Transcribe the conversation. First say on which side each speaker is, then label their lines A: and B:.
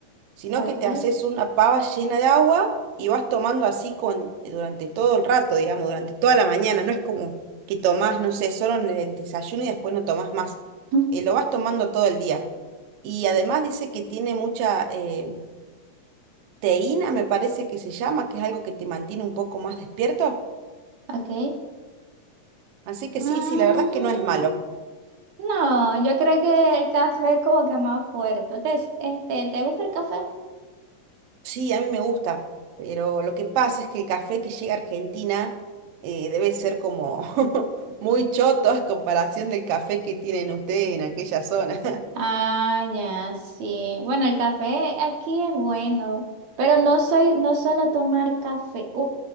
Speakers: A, on the right; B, on the right.
A: sino
B: ok,
A: que te haces una pava llena de agua y vas tomando así con, durante todo el rato, digamos, durante toda la mañana. No es como que tomás, no sé, solo en el desayuno y después no tomás más.
B: <laughs>
A: Eh, lo vas tomando todo el día. Y además dice que tiene mucha eh, teína, me parece que se llama, que es algo que te mantiene un poco más despierto.
B: ok.
A: Así que
B: Mm.
A: sí, sí, la verdad es que no es malo.
B: No, yo creo que el café es como que más fuerte. Entonces, este, ¿te gusta el café?
A: Sí, a mí me gusta, pero lo que pasa es que el café que llega a Argentina eh, debe ser como <laughs> muy choto a comparación del café que tienen ustedes en aquella zona.
B: Ah, ya, sí. Bueno, el café aquí es bueno, pero no soy, no suelo tomar café uh,